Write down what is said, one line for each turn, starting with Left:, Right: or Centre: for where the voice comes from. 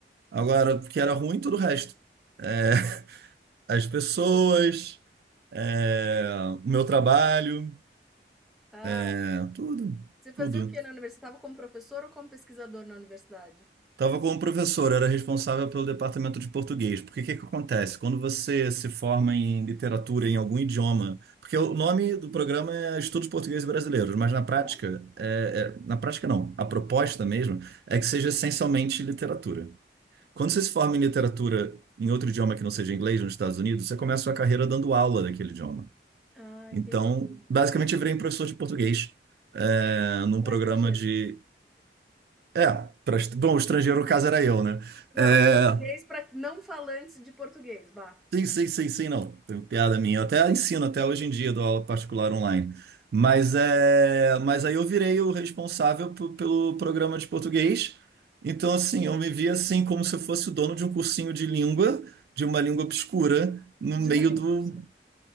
Right: Agora, o que era ruim, tudo o resto. É, as pessoas, é, o meu trabalho,
Centre: Ah,
Right: é, tudo,
Centre: você fazia
Right: tudo.
Centre: o quê na universidade? Você estava como professor ou como pesquisador na universidade?
Right: Estava como professor, era responsável pelo departamento de português. Porque o que que acontece? Quando você se forma em literatura em algum idioma, porque o nome do programa é Estudos Portugueses Brasileiros, mas na prática,
Centre: Aham.
Right: é, é- na prática não, a proposta mesmo é que seja essencialmente literatura. Quando você se forma em literatura em outro idioma que não seja inglês nos Estados Unidos, você começa a sua carreira dando aula daquele idioma.
Centre: Ah,
Right: Então,
Centre: entendi.
Right: basicamente, eu virei um professor de português é, num
Centre: Para
Right: programa
Centre: estrangeiro.
Right: de. É, pra, est- bom, o estrangeiro, no caso, era eu, né?
Centre: Não,
Right: É,
Centre: português para não falantes de português, vá.
Right: sim, sim, sim, sim, não. Tem piada minha. Eu até ensino, até hoje em dia, dou aula particular online. Mas, é, mas aí eu virei o responsável p- pelo programa de português. Então, assim, eu me via assim como se eu fosse o dono de um cursinho de língua, de uma língua obscura, no
Centre: De
Right: meio
Centre: uma <laughs> língua
Right: do,
Centre: obscura.